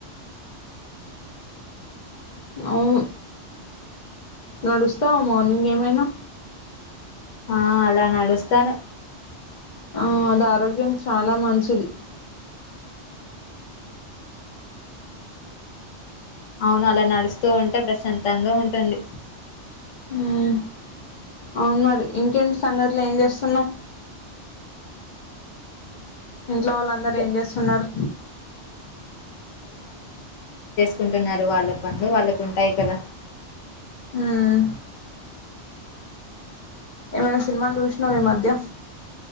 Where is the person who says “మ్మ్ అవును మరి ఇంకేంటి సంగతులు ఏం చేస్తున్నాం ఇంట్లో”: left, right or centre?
Left